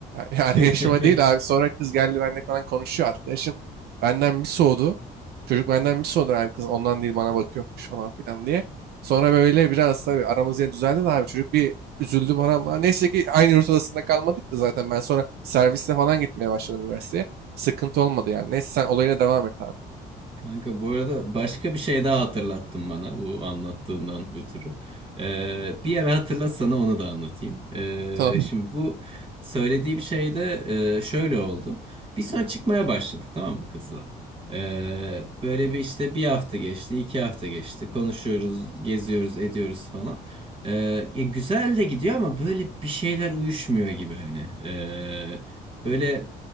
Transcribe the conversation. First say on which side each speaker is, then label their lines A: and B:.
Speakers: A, on the right; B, on the right.
A: Yani <laughs> arkadaşıma
B: <laughs>
A: değil abi sonra kız geldi benimle falan konuşuyor. Arkadaşım benden bir soğudu. Çocuk benden bir soğudu abi kız ondan değil bana bakıyormuş falan filan diye. Sonra böyle biraz tabii aramız yine düzeldi de abi çocuk bir üzüldü bana ama neyse ki aynı yurt odasında kalmadık da zaten ben sonra servisle falan gitmeye başladım üniversiteye. Sıkıntı olmadı yani. Neyse sen olayına devam et abi.
B: Kanka bu arada başka bir şey daha hatırlattın bana bu anlattığından ötürü. Ee, bir ara hatırlat sana onu da anlatayım. Ee,
A: Tamam.
B: şimdi bu söylediğim şey de e, şöyle oldu. Bir sonra çıkmaya başladık tamam mı kızla? Ee, böyle bir işte bir hafta geçti, iki hafta geçti. Konuşuyoruz, geziyoruz, ediyoruz falan. Ee, ya güzel de gidiyor ama böyle bir şeyler uyuşmuyor gibi hani. Ee, böyle